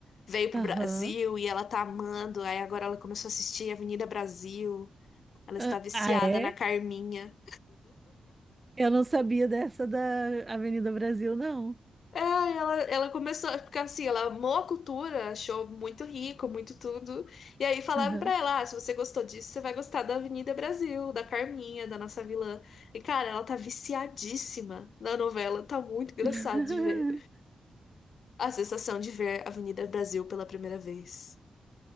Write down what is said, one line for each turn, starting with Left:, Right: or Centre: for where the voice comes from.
Left: veio pro
Right: Aham.
Left: Brasil e ela tá amando. Aí agora ela começou a assistir Avenida Brasil. Ela está
Right: Ah,
Left: viciada
Right: ah, é?
Left: na Carminha.
Right: Eu não sabia dessa da Avenida Brasil, não.
Left: É, ela, ela começou, é porque assim, ela amou a cultura, achou muito rico, muito tudo. E aí falaram
Right: Aham.
Left: pra ela, ah, se você gostou disso, você vai gostar da Avenida Brasil, da Carminha, da nossa vilã. E cara, ela tá viciadíssima na novela, tá muito engraçado
Right: <laughs>
Left: de ver. A sensação de ver Avenida Brasil pela primeira vez.